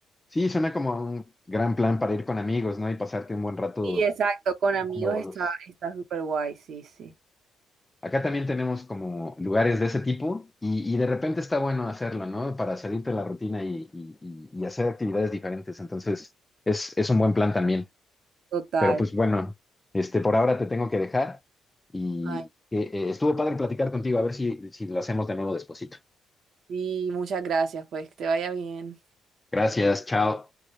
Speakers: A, on the left; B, on the right.
A: Sí, suena como un gran plan para ir con amigos, ¿no? Y pasarte un buen rato
B: Sí, exacto, con amigos
A: jugando bolos.
B: está, está súper guay, sí, sí.
A: Acá también tenemos como lugares de ese tipo y, y de repente está bueno hacerlo, ¿no? Para salirte de la rutina y, y- y- y hacer actividades diferentes. Entonces, es, es un buen plan también.
B: Total.
A: Pero pues bueno, este, por ahora te tengo que dejar y
B: Ay,
A: eh, eh, estuvo padre platicar contigo, a ver si, si lo hacemos de nuevo despuesito.
B: sí, muchas gracias, pues, que te vaya bien.
A: Gracias, chao.